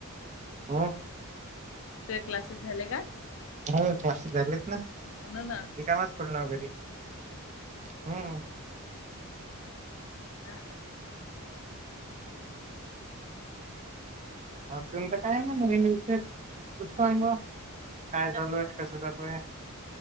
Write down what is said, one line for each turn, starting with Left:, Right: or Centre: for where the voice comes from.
Right: <inaudible>
Left: तूये क्लासेस झाले का?
Right: हो क्लासेस झालेत ना
Left: म्हणूनच
Right: रिकामाच पडून आहो घरी हूं.
Left: हा!
Right: अ तुमचं काय म्हणणं नेमीचच तू सांगावा. काय चालू आहे, कसं चालू आहे,